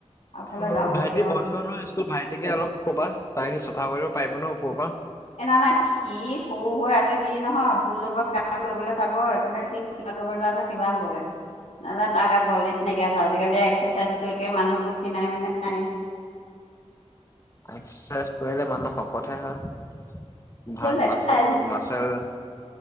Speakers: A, on the left (about 80°); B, on the left (about 25°).
A: এইফালে
B: অ
A: যাবলগীয়াও
B: ভাইটি বন্ধ
A: আছে
B: নহয় স্কুল ভাইটিকে অলপ ক'বা তাহি চফা কৰিব পাৰিব ন ওপৰৰ পৰা।
A: এনে নাই কি সৰু হৈ আছে সি নহয় জোৰ জবৰ ক কৰিবলৈ চাব এইফালে সি কিবা কৰিবলে যাওঁতে কিবা হ'বগে। ন <unintelligible> তাৰগাত বলে নেইকিয়া হৈছে আজিকালি এক্সাৰচাইজ কৰি‌ কৰি মানুহতো খীণাই মিনাই নাই।
B: এক্সাৰচাইজ কৰিলে মানুহ শকতহে হয়। ভাল
A: দেখাই
B: মাছাৰ
A: যে
B: মাছাল।